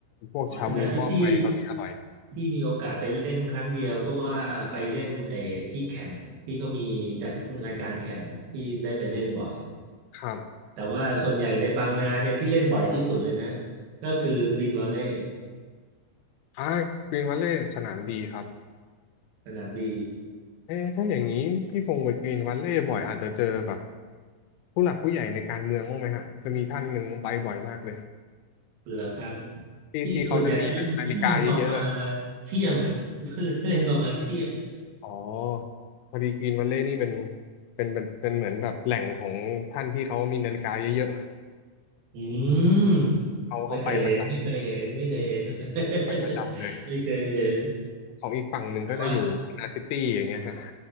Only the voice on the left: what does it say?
พวกชาบูหม้อไฟเขานี่อร่อย
ครับ
อ่ากรีนวัลเลย์สนามดีครับ
เอ๊ะถ้าอย่างนี้พี่พงศ์ไปกรีนวัลเลย์บ่อยอาจจะเจอแบบผู้หลักผู้ใหญ่ในการเมืองบ้างไหมฮะจะมีท่านหนึ่งไปบ่อยมากเลย
ที่ที่เขาจะมีนาฬิกาเยอะๆ
อ๋อ พอดีกรีนวัลเลย์นี่เป็นเป็นเป็นเป็นเหมือนแบบแหล่งของท่านที่เขามีนาฬิกาเยอะ
ๆ เขาเขาไปประจำ
ไปประจำเลย
ของอีกฝั่งหนึ่งก็จะอยู่นาซิตี้อย่างเงี้ยฮะ